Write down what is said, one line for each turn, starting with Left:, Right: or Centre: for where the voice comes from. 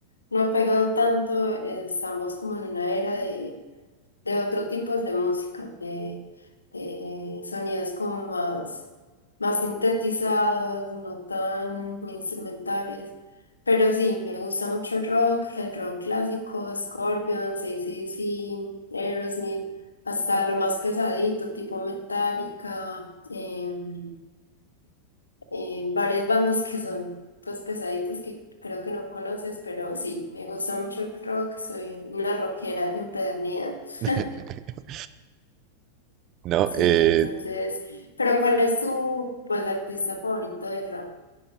Left: no ha pegado tanto, estamos como en una era de otro tipos de música, de, de sonidos como más, más sintetizados, no tan instrumentales. Pero sí, me gusta mucho el rock, el rock clásico, Scorpions, AC/DC, Aerosmith, hasta lo más pesadito, tipo Metallica, em, em, varias bandas que son pues pesaditas que creo que no conoces, pero sí, me gusta mucho el rock, soy una rockera empedernida.
Right: <laughs>
Left: <laughs>
Right: No,
Left: Sí,
Right: eh,
Left: entonces, pero ¿cuál es tu, pues, artista favorito del rap?